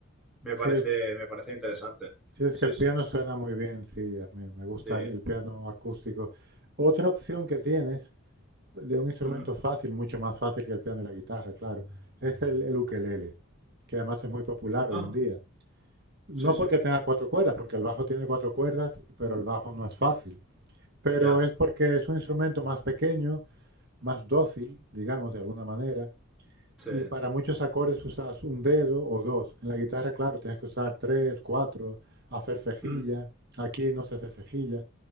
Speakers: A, in the centre; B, on the right.
A: me parece,
B: sí,
A: me parece interesante.
B: Sí, es
A: Sí,
B: que el
A: sí,
B: piano suena muy bien, sí, a mí me gusta
A: sí.
B: el, el piano acústico. Otra opción que tienes de un instrumento
A: Ujú.
B: fácil, mucho más fácil que el piano y la guitarra, claro, es el, el ukelele, que además es muy popular
A: Ah,
B: hoy en día. No
A: sí, sí,
B: porque tenga cuatro cuerdas, porque el bajo tiene cuatro cuerdas, pero el bajo no es fácil. Pero
A: ya,
B: es porque es un instrumento más pequeño, más dócil, digamos, de alguna manera,
A: sí.
B: y para muchos acordes usas un dedo o dos. En la guitarra, claro, tienes que usar tres, cuatro, hacer cejilla.
A: Mm,
B: Aquí no se hace cejilla.